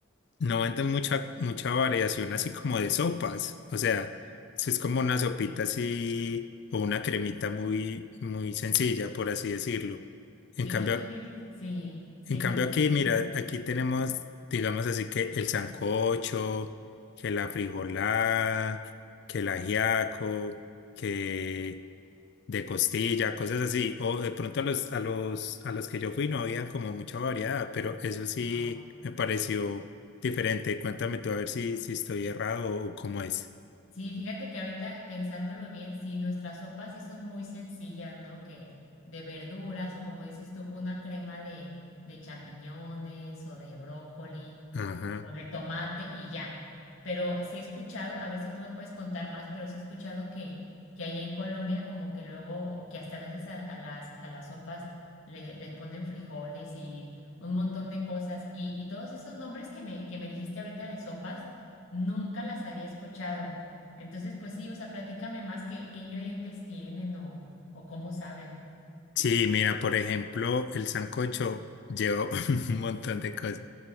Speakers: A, on the left; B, on the left.
A: no venden mucha, mucha variación así como de sopas, o sea, eso es como una sopita así o una cremita muy, muy sencilla, por así decirlo. En
B: sí,
A: cambio,
B: tú, tú dices, sí, sí,
A: en cambio
B: sí, sí,
A: aquí,
B: sí,
A: mira,
B: es muy sencillo.
A: aquí tenemos, digamos así, que el sancocho, que la frijolada, que el ajiaco, que de costilla, cosas así. O de pronto a los, a los, a los que yo fui no habían como mucha variedad, pero eso sí
B: No.
A: me pareció diferente. Cuéntame tú a ver si, si estoy errado o cómo es.
B: Sí, fíjate que ahorita pensándolo bien, sí, nuestras sopas sí son muy sencillas, ¿no? Que de verduras o como dices tú, una crema de, de champiñones o de brócoli.
A: Ajá.
B: o de tomate y ya. Pero sí he escuchado, a ver si tú me puedes contar más, pero sí he escuchado que, que allá en Colombia como que luego, o que hasta a veces a, a las, a las sopas le- les ponen frijoles y un montón de cosas. Y, y todos esos nombres que me, que me dijiste ahorita de sopas, nunca las había escuchado. Entonces, pues sí, o sea, platícame más qué, qué ingredientes tienen o, o cómo saben.
A: Sí, mira, por ejemplo, el sancocho lleva <laughs> un montón de cosas.